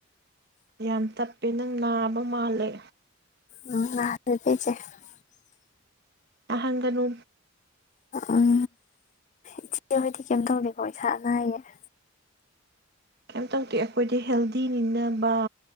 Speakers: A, on the right; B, on the left.
A: ꯌꯥꯝ ꯇꯞꯄꯦ ꯅꯪ ꯅꯥꯕ ꯃꯥꯜꯂꯦ
B: <unintelligible>
A: ꯑꯍꯪꯒꯅꯨ
B: ꯎꯝ ꯏꯆꯦ ꯍꯣꯏꯗꯤ ꯀꯩꯝ ꯇꯧꯒꯦꯀꯣ ꯏꯁꯥ ꯑꯅꯥ ꯑꯌꯦꯛꯌꯦ
A: ꯀꯩꯝꯇꯧꯗꯧ ꯑꯩꯈꯣꯏꯗꯤ ꯍꯦꯜꯗꯤ ꯅꯤꯕ